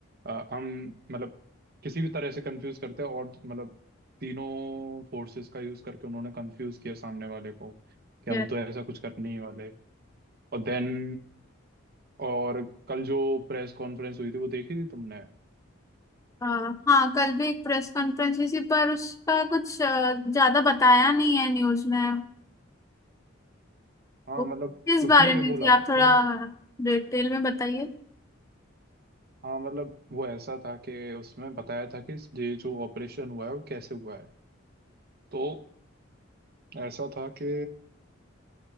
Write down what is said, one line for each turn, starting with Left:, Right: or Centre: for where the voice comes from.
Right: आ, हम मतलब किसी भी तरह से कंफ्यूज करते हैं और मतलब तीनों फोर्सेस का यूज करके उन्होंने कंफ्यूज किया सामने वाले को कि
Left: ये,
Right: हम तो ऐसा कुछ कर नहीं वाले और देन और कल जो प्रेस कॉन्फ्रेंस हुई थी वो देखी थी तुमने
Left: अ, हाँ कल भी एक प्रेस कॉन्फ्रेंस हुई थी पर उसका कुछ अ, ज्यादा बताया नहीं है न्यूज में
Right: हाँ
Left: वो किस
Right: मतलब उसमें
Left: बारे
Right: ये
Left: में
Right: बोला
Left: थी
Right: था
Left: आप थोड़ा
Right: मतलब
Left: डिटेल में बताइए
Right: हाँ मतलब वो ऐसा था कि उसमें बताया था कि ये जो ऑपरेशन हुआ है वो कैसे हुआ है तो ऐसा था कि